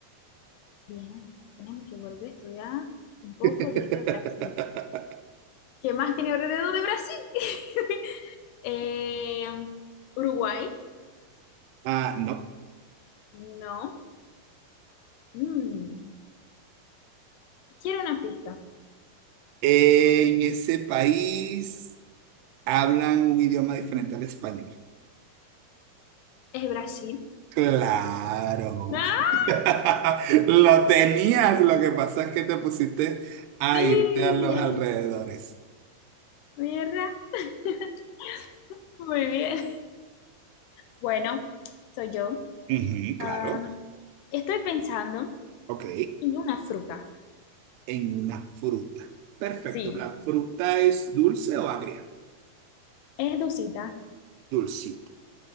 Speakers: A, on the left; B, on the right.
A: Bien, tenemos que volver a estudiar un poco
B: <laughs>
A: de geografía. ¿Qué más tiene alrededor de Brasil? <laughs> Eh, Uruguay.
B: Ah, no.
A: No. Mm, Quiero una pista.
B: En ese país hablan un idioma diferente al español.
A: Es Brasil.
B: Claro.
A: ¡Ah!
B: <laughs> Lo tenías, lo que pasa es que te pusiste a
A: Sí.
B: irte a los alrededores.
A: Mierda. <laughs> Muy bien. Bueno, soy yo.
B: Ujú, claro.
A: Am, estoy pensando
B: Ok.
A: en una fruta.
B: En una fruta. Perfecto.
A: Sí.
B: ¿La fruta es dulce o agria?
A: ¿Es dulcita?
B: Dulcita.